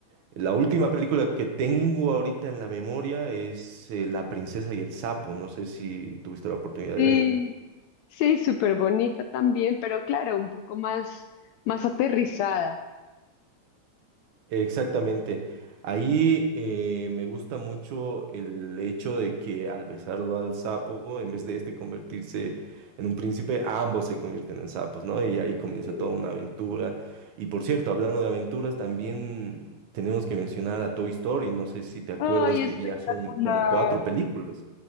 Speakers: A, on the right (about 75°); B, on the left (about 80°).
A: La última película que tengo ahorita en la memoria es eh, La princesa y el sapo. No sé si tuviste la oportunidad
B: sí,
A: de verla.
B: sí, súper bonita también, pero claro, un poco más, más aterrizada.
A: Exactamente. Ahí eh, me gusta mucho el hecho de que al besarlo al sapo, en vez de este convertirse en un príncipe, ambos se convierten en sapos, ¿no? Y ahí comienza
B: Eh,
A: toda una aventura. Y por cierto, hablando de aventuras, también tenemos que mencionar a Toy Story. No sé si te acuerdas
B: Ay,
A: que
B: espectacular.
A: ya son como cuatro películas.